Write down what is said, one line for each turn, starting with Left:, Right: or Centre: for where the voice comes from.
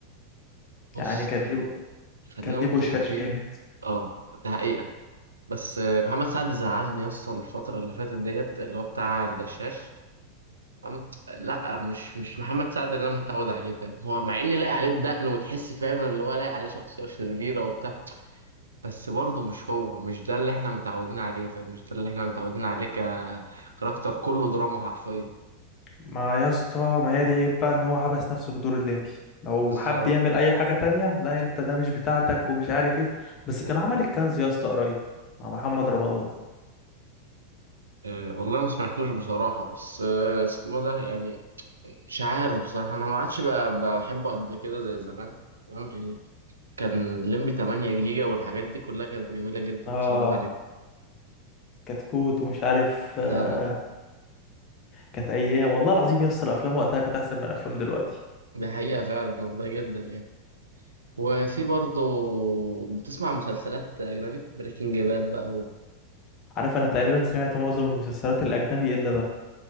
Right: بص
Left: يعني كان
Right: خ-
Left: ليه
Right: خلينا
Left: كان ليه
Right: متفقين
Left: بوشكاش جامد
Right: اه ده حقيقة بس آه، محمد سعد زعلني يا اسطى الفترة اللي فاتت ديت اللي هو بتاع الدشاش أم- لا مش مش محمد سعد اللي انا متعود عليه فاهم هو مع ان لاقي عليه الدقن وتحس فعلا اللي هو لاقي عليه شخصيه شريره وبتاع بس برضه مش هو مش ده اللي احنا متعودين عليه فاهم مش ده اللي احنا متعودين عليه ككاركتر كله دراما حرفيا
Left: ما يا اسطى ما هي دي عيب بقى ان هو حبس نفسه في دور الليمبي لو
Right: بالظبط
Left: حب يعمل اي حاجه تانية لا انت ده مش بتاعتك ومش عارف ايه بس كان
Right: مم.
Left: عمل الكنز يا اسطى قريب مع محمد رمضان
Right: أه والله ما سمعتوش بصراحه بس أه، اسمه ده يعني مش عارف بصراحه انا ما عادش بقى- بحبه قد كده زي زمان تمام يعني كان لمبي 8 جيجا والحاجات دي كلها كانت جميله جدا
Left: اه
Right: بصراحه
Left: كتكوت ومش عارف آه،
Right: ليه
Left: كانت ايام والله العظيم يا اسطى الافلام وقتها كانت احسن من الافلام دلوقتي
Right: دي حقيقة فعلا والله جدا يعني وفي برضه بتسمع مسلسلات أجنبي بريكنج باد بقى و...
Left: عارف انا
Right: و...
Left: تقريبا سمعت معظم المسلسلات الاجنبي الا ده